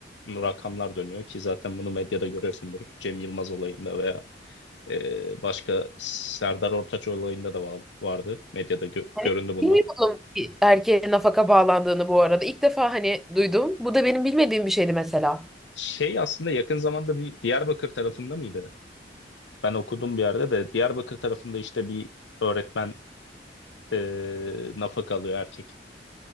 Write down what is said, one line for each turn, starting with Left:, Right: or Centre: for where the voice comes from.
Left: rakamlar dönüyor ki zaten bunu medyada görüyorsundur. Cem Yılmaz olayında veya ee, başka Serdar Ortaç olayında da va- vardı. Medyada gö-
Centre: Hani
Left: göründü bunlar.
Centre: bilmiyordum ki erkeğe nafaka bağlandığını bu arada. İlk defa hani duydum. Bu da benim bilmediğim bir şeydi mesela.
Left: Şey aslında yakın zamanda bir Diyarbakır tarafında mıydı? Ben okudum bir yerde de Diyarbakır tarafında işte bir öğretmen e, nafaka alıyor erkek.